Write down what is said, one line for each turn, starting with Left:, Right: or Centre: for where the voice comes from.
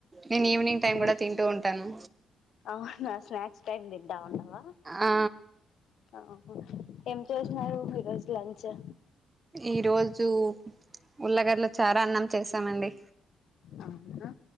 Right: నేను ఈవినింగ్ టైం
Left: ఆ
Right: కూడా తింటూ ఉంటాను
Left: అవునా స్నాక్స్ టైమ్ తింటా ఉండవా
Right: ఆ
Left: ఆహు ఏం చేసినారు ఈరోజు లంచు
Right: ఈ రోజూ ఉల్లగడ్ల చార అన్నం చేసామండి
Left: అవునా